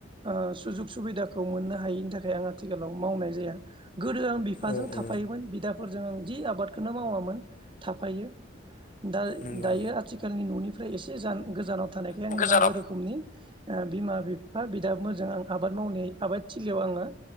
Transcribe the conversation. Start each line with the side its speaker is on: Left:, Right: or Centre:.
Right: ओ सुजुग सुबिदाखौ मोननो हायैनि थाखाय आं आथिखालाव मावनाय जाया। गोदो आं बिफाजों
Left: औ
Right: थाफायोमोन
Left: औ
Right: बिदा फोरजों जि आबादखौनो मावामोन थाफायो। दा
Left: नंगौ
Right: दायो आथिखालनि न'नि फ्रेस जान गोजानाव थानायखाय आं नांगौ
Left: नंगौ
Right: रोखोमनि ओ बिमा बिफा बिदाफोरजों आं आबाद मावनाय आबाद थिलियाव आङो